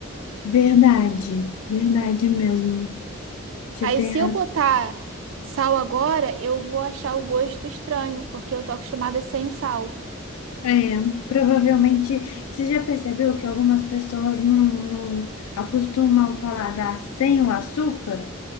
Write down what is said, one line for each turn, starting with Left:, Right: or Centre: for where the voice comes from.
Left: verdade. Verdade mesmo. Você
Right: Aí
Left: tem
Right: se
Left: razão.
Right: eu botar sal agora, eu vou achar o gosto estranho, porque eu tô acostumada sem o sal.
Left: É, provavelmente, você já percebeu que algumas pessoas não, não acostumam o paladar sem o açúcar,